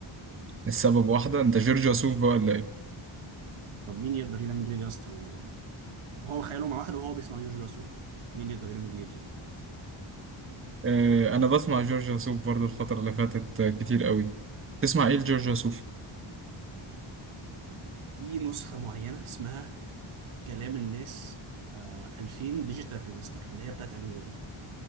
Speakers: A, on the right; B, on the right.
A: السبب واحده انت جورج وسوف بقى ولا ايه
B: طب مين يقدر ينام الليل يا اسطى و- وهو خياله مع واحده وهو بيسمع جورج وسوف مين يقدر ينام الليل
A: آه، انا بسمع جورج وسوف برضو الفتره اللي فاتت آه، كتير قوي تسمع ايه لجورج وسوف
B: في نسخه معينه اسمها كلام الناس آه 2000 ديجيتال ريماستر اللي هي بتاعت انغامي